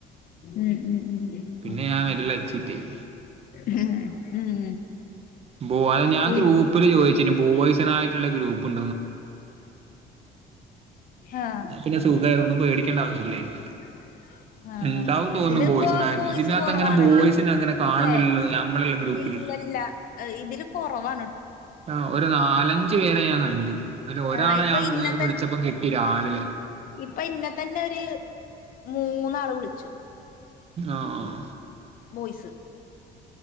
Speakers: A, on the left (about 55°); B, on the right (about 35°).
A: ഉം ഉം ഉം ഉം
B: പിന്നെ ഞാൻ എല്ലാം എക്സിറ്റ് ആയി
A: ഉം ഉം
B: ബോ അത് ഞാൻ
A: പിൻ
B: ഗ്രൂപ്പില് ചോദിച്ചിന് ബോയ്സിനായിട്ടുള്ള ഗ്രൂപ്പ് ഉ
A: ആഹ്
B: പിന്നെ സുഖായിരുന്നു ഒന്നും പേടിക്കേണ്ട ആവശ്യമില്ലായിരുന്നു
A: അ <inaudible> ആഹ്
B: ഉണ്ടാവും
A: ആഹ്
B: തോന്നുന്നു
A: ഇതിലിപ്പോ
B: ബോയ്സിനായിട്ട്
A: ബോയ്സ്
B: ഇതിന്റകത്ത്
A: കുറവാണല്ലോ
B: അങ്ങനെ ബോയ്സിനെ അങ്ങനെ കാണുന്നില്ലല്ലോ
A: അല്ലേ
B: നമ്മളുള്ള ഗ്രൂപ്പില്
A: ലി അല്ലല്ല ഇതില് കുറവാണ്
B: ആ ഒരു നാലഞ്ചു പേരെ ഞാൻ കണ്ടു അതില് ഒരാളെ
A: ആഹ് ഇപ്പൊ
B: ഞാൻ
A: ഇന്നെ
B: വിളിച്ചപ്പം കിട്ടി രാവിലെ
A: അപ്പം ഇന്നെ തന്നെ ഒര് മൂന്നാള് വിളിച്ചു
B: ആഹ്
A: വോയിസ്‌